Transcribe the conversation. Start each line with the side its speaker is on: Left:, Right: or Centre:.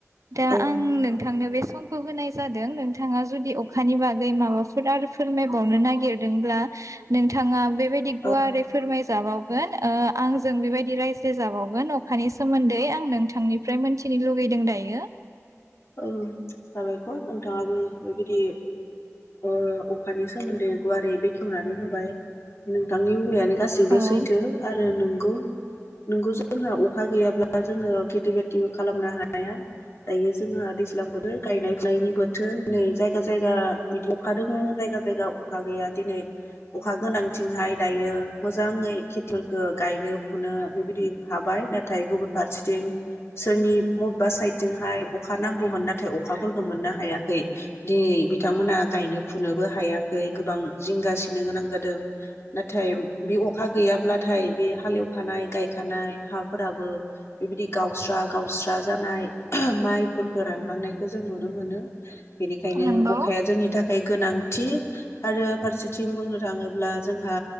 Right: दा
Left: औ
Right: आं नों थांनो बे समखौ होनाय जादों नोंथाङा जदि अखानि बागै माबा आरो फोरमायबावनो नागिर गिरदोंब्ला नोंथाङा बेबायदि गुवारै
Left: औ
Right: फोरमाय जाबावगोन ओ आंजों बेबायदि रायज्ल्य जाबावगोन अखानि सोमोन्दै आं नोंथांनिफ्राय मोनथिनो लुगैदों दायो।
Left: औ साबायखर नोंथाङाबो बेबायदि ओ अखानि सोमोन्दै गुवारै बेखेवनानै होबाय नोंथांनि बुंनायानो गासैबो
Right: औ
Left: सैथो आरो नोंगौ नोंगौ जोंहा अखा गैयाब्ला जोङो खेथि बाथिबो खालामनो हाया दायो जोंहा दैज्लां बोथोर गायनाय फुनायनि बोथोर नै जायगा जायगा बिदि अखा दोंङो जायगा जायगा अखा गैया दिनै अखा गोनां बिथिंहाय दायो मोजाङै खिथिलखो गायनो फुनो बेबायदि हाबाय नाथाय गुबुन फारसेथिं सोरनि मबेबा साइद जोंहाय अखा नांगौमोन नाथाय अखाफोरखौ मोननो हायाखै दिनै बिथांमोनहा गायनो फुनोबो हायाखै गोबां जिंगासिनो गोनां जादों नाथाय बि अखा गैया ब्लाथाय बे हालेवखानाय गायखानाय हाफोराबो बेबायदि गावस्रा गावस्रा जानाय मा फोरखो रानलांनायखौ जों नुनो मोनो बेनिखायनो
Right: नंगौ
Left: अखाया जोंनि थाखाय गोनांथि आरो फारसेथिं बुंनो थाङोब्ला जोंहा